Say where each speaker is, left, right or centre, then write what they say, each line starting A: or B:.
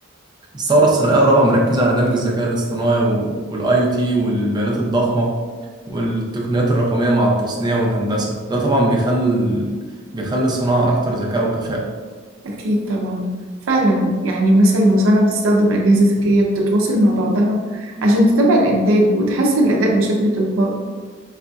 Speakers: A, on the right (about 20°); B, on the right (about 80°).
A: الثورة الصناعية الرابعة مركزة على دمج الذكاء الاصطناعي والاي او تي والبيانات الضخمة والتقنيات الرقمية مع التصنيع والهندسة ده طبعا بيخلي بيخلي الصناعة أكتر ذكاء وكفاءة
B: أكيد طبعا فعلا يعني مثلا المصانع بتستخدم أجهزة ذكية بتتواصل مع بعضها عشان تتابع الإنتاج وتحسن الأداء بشكل تلقائي